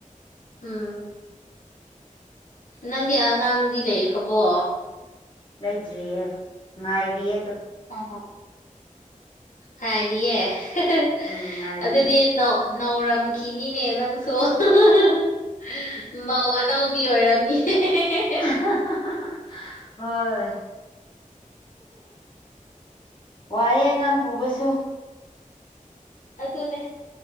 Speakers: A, on the left (about 70°); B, on the left (about 35°).
A: ꯎꯝ ꯅꯪꯗꯤ ꯑꯉꯥꯡꯗꯤ ꯂꯩꯈ꯭ꯔꯕꯣ
B: ꯂꯩꯇ꯭ꯔꯤꯌꯦ ꯉꯥꯏꯔꯤꯌꯦꯗꯣ
A: ꯑꯝ ꯍꯥꯏꯗꯤꯌꯦ <unintelligible>
B: ꯎꯝ ꯉꯥꯏꯔꯤꯌꯦ
A: ꯑꯗꯨꯗꯤ ꯅꯧ ꯅꯥꯎꯔꯝꯈꯤꯅꯤꯅꯦ ꯅꯪꯁꯨ <unintelligible> ꯃꯧ ꯑꯅꯧꯕꯤ ꯑꯣꯏꯔꯝꯅꯤ <unintelligible>
B: <unintelligible> ꯍꯣꯏ ꯋꯥꯍꯦ ꯑꯉꯥꯡ ꯄꯨꯕꯁꯨ
A: ꯑꯗꯨꯅꯦ